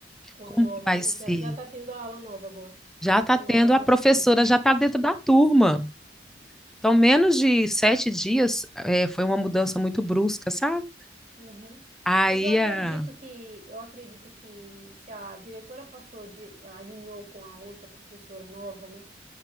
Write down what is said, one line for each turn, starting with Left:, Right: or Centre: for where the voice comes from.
Right: com
Centre: Como
Right: a nova,
Centre: que vai
Right: né?
Centre: ser?
Right: Já, já tá tendo a aula nova agora,
Centre: Já está
Right: com a
Centre: tendo,
Right: nova
Centre: a
Right: professora.
Centre: professora já está dentro da turma. Então, menos de sete dias, eh, foi uma mudança muito brusca, sabe?
Right: Uhum.
Centre: Aí,
Right: Mas eu acredito
Centre: ah,
Right: que eu acredito que se a diretora passou de alinhou com a outra professora nova, né?